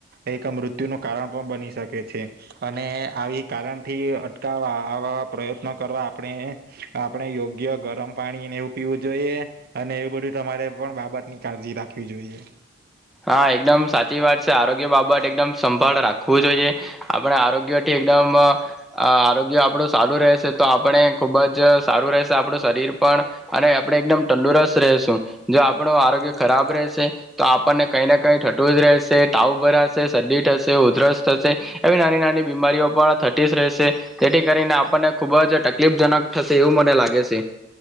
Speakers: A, on the right (about 50°); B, in the centre.
A: એક મૃત્યુ નું કારણ પણ બની શકે છે અને આવી કારણથી અટકાવવા આવા પ્રયત્નો કરવા આપણે આપણે યોગ્ય ગરમ પાણીને એવું પીવું. જોઈએ અને એવું બધું તમારે પણ બાબતની કાળજી રાખવી જોઈએ.
B: હા એકદમ સાચી વાત છે આરોગ્ય બાબત એકદમ સંભાળ રાખવું જોઈએ આપણે આરોગ્ય થી એકદમ આરોગ્ય આપણું સારું રહેશે તો આપણે ખુબ જ સારું રહેશે આપણું શરીર પણ અને આપણે એકદમ તંદુરસ્ત રહેશું જો આપણું આરોગ્ય ખરાબ રહેશે તો. આપણને કઈ ને કઈ થટું જ રહેશે તાવ ભરાશે શરદી થશે ઉધરસ થશે એવી નાની નાની બીમારીઓ પણ થતી જ રહેશે જેથી કરીને આપણને ખુબ જ તકલીફજનક થશે એવું મને લાગે છે.